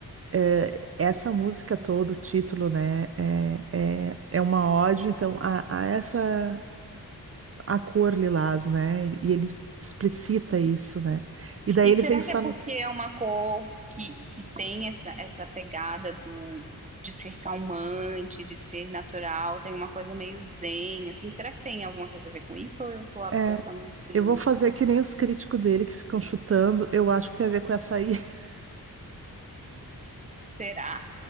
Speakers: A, on the right (about 40°); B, on the right (about 20°).
A: É, essa música toda, o título, né, é, é, é uma ode, então, a, a essa, a cor lilás, né, e ele explicita isso, né, e daí
B: E
A: ele
B: será
A: vem e fala,
B: que é porque é uma cor que, que tem essa, essa pegada do de ser calmante, de ser natural, tem uma coisa meio zen, assim? Será que tem alguma coisa a ver com isso ou eu tô absolutamente...
A: é, eu vou fazer que nem os críticos dele que ficam chutando, eu acho que tem a ver com açaí, <laughs>
B: Será?